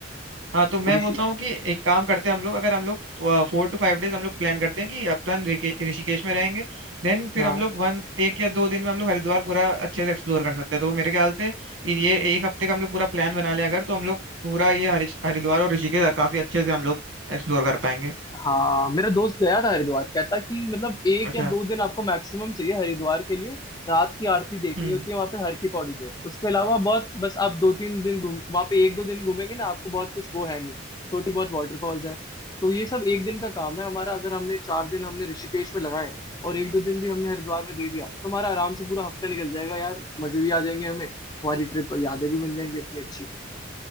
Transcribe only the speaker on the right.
हाँ तो मैं
बोलता हूँ कि एक काम करते हैं हम लोग अगर हम लोग फोर टू फाइव डेज हम लोग प्लान करते हैं कि अपन ऋके- ऋषिकेश में रहेंगे देन फिर
हम लोग वन एक या दो दिन में हम लोग हरिद्वार पूरा अच्छे से एक्सप्लोर कर सकते हैं तो मेरे ख्याल से ये एक हफ्ते का हम लोग पूरा प्लान बना लें अगर तो हम लोग पूरा ये हरिश- हरिद्वार और ऋषिकेश काफी अच्छे से हम लोग एक्सप्लोर कर पाएंगे
अच्छा
हम्म